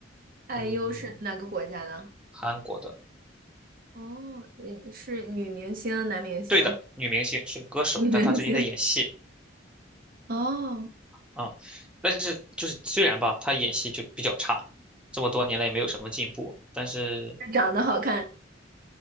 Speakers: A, on the right; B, in the centre.
A: i
B: 嗯，
A: u 是哪个国家的？
B: 韩国的，
A: 哦，嗯是女明星、男明星？
B: 对的，
A: <laughs>
B: 女明星是个歌手，
A: 女明星，
B: 但她最近在演戏，
A: 哦，
B: 啊、但是就是虽然吧，她演戏就比较差，这么多年来也没有什么进步，但是。
A: 长得好看。